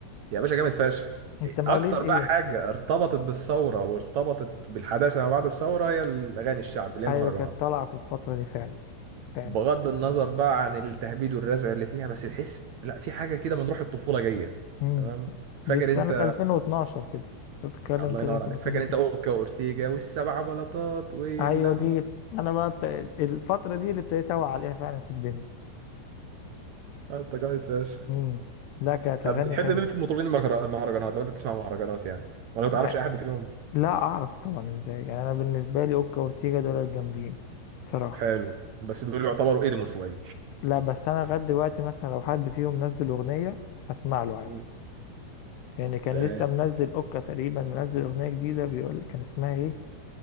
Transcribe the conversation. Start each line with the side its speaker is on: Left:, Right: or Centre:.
Right: يا باشا جامد فشخ
Left: انت مواليد
Right: اكتر
Left: ايه
Right: بقى حاجه ارتبطت بالثوره وارتبطت بالحداثه ما بعد الثوره هي الاغاني الشعب اللي هي
Left: ايوه
Right: المهرجانات
Left: كانت طالعه في الفتره دي فعلا فعلا
Right: بغض النظر بقى عن التهبيد والرزع اللي فيها بس تحس لا في حاجه كده من روح الطفوله جايه
Left: امم
Right: تمام فاكر
Left: دي في سنه
Right: انت
Left: 2012 كده بتتكلم
Right: الله
Left: كده
Right: ينور
Left: في
Right: عليك
Left: 2012
Right: فاكر انت اوكا واورتيجا والسبع بلاطات واللمبرات
Left: ايوه دي انا بقى بت... الفتره دي اللي ابتديت اوعى عليها فعلا في الدنيا
Right: يا اسطى جامد فشخ
Left: امم لا كانت
Right: طب
Left: اغاني
Right: بتحب
Left: حلوه
Right: مين في المطربين المهر- المهرجانات لو انت بتسمع مهرجانات يعني ولا ما تعرفش
Left: لا
Right: اي حد فيهم
Left: لا اعرف طبعا ازاي يعني انا بالنسبه لي اوكا وأورتيجا دول الجامدين صراحه
Right: حلو بس دول يعتبروا قدموا شويه
Left: لا بس انا لغايه دلوقتي مثلا لو حد فيهم نزل اغنيه اسمع له عادي
Right: مم.
Left: يعني كان
Right: تمام.
Left: لسه منزل اوكا تقريبا منزل اغنيه جديده بيقول كان اسمها ايه